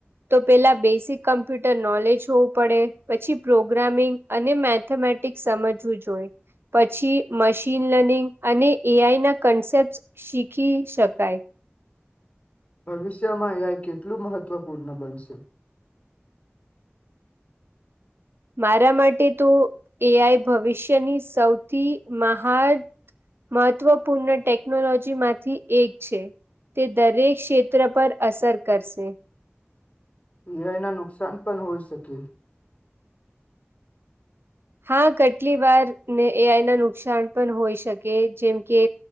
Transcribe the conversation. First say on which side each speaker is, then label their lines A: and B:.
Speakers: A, on the right; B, on the left.
A: તો પેલા બેસિક કમ્પ્યુટર નોલેજ હોવું પડે, પછી પ્રોગ્રામિંગ અને મેથેમેટિક્સ સમજવું જોઈએ. પછી મશીન લર્નિંગ અને એ આઈ ના કન્સેપ્ટ શીખી શકાય.
B: ભવિષ્યમાં એ આઈ કેટલું મહત્વપૂર્ણ બનશે?
A: મારા માટે તો એ આઈ ભવિષ્યની સૌથી મહાન મહત્વપૂર્ણ ટેકનોલોજીમાંથી એક છે, તે દરેક ક્ષેત્ર પર અસર કરશે.
B: એ આઈના નુકસાન પણ હોઈ શકે.
A: હા કેટલી વારને એ આઈના નુકસાન પણ હોઈ શકે જેમ કે,